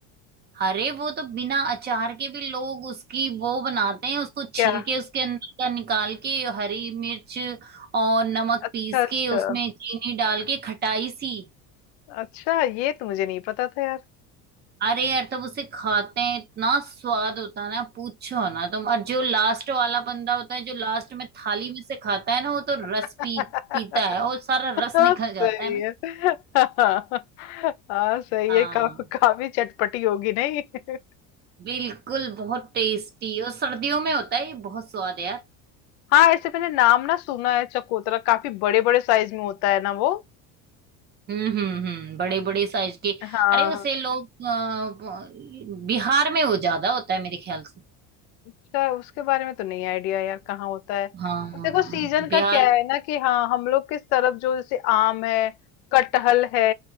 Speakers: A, on the right; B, on the left.
A: अरे वो तो बिना अचार के भी लोग उसकी वो बनाते हैं उसको छिल
B: क्या
A: के उसके अंदर का निकाल के हरी मिर्च और नमक
B: अच्छा
A: पीस
B: अच्छा
A: के उसमें चीनी डाल के खटाई सी
B: अच्छा ये तो मुझे नहीं पता था यार
A: अरे यार तब उसे खाते हैं इतना स्वाद होता है ना पूछो ना तुम और जो लास्ट वाला बंदा होता है जो लास्ट में थाली में से खाता है ना वो तो रस
B: <laughs>
A: पी पीता है और सारा रस निकल
B: सही
A: जाता है ना
B: है हाँ हाँ, सही
A: हाँ
B: है का, काफी चटपटी होगी नहीं <laughs>
A: बिल्कुल बहुत टेस्टी और सर्दियों में होता है ये बहुत स्वाद है यार
B: हाँ ऐसे मैंने नाम ना सुना है चकोतरा काफी बड़े बड़े साइज में होता है ना वो
A: हम्म हम्म हम्म बड़े बड़े साइज के
B: हाँ
A: अरे उसे
B: हाँ।
A: लोग अ, बिहार में वो ज्यादा होता है मेरे ख्याल से
B: अच्छा उसके बारे में तो नहीं आइडिया यार कहाँ होता है
A: हाँ
B: अब देखो सीजन
A: बिहार
B: का क्या है ना कि हाँ हम लोग किस तरफ जो जैसे आम है कटहल है